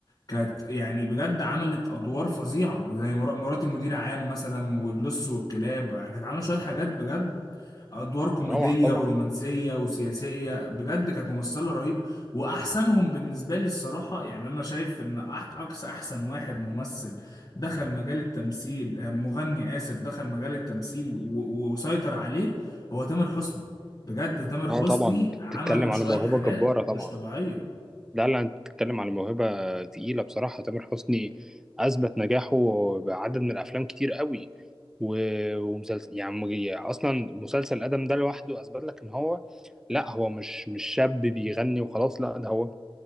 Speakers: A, on the left; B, in the centre.
A: كانت يعني بجد عملت ادوار فظيعة زي مرا- مراتي مدير عام مثلا واللص والكلاب كانت عاملة شوية حاجات بجد ادوار كوميدية
B: روعة طبعا
A: ورومانسية وسياسية بجد كانت ممثلة رهيب واحسنهم بالنسبة لي الصراحة يعني انا شايف ان أح- اقصى احسن واحد ممثل دخل مجال التمثيل آه، مغني آسف دخل مجال التمثيل و- وسيطر عليه هو تامر حسني بجد تامر
B: اه
A: حسني
B: طبعا انت
A: عمل
B: بتتكلم
A: شوية
B: على موهبة
A: حاجات
B: جبارة طبعا
A: مش طبيعية
B: لا لا انت بتتكلم على موهبة تقيلة بصراحة تامر حسني أثبت نجاحه بعدد من الأفلام كتير قوي و... ومسلسل يعني أصلا مسلسل آدم ده لوحده أثبت لك إن هو لا هو مش مش شاب بيغني وخلاص لا ده هو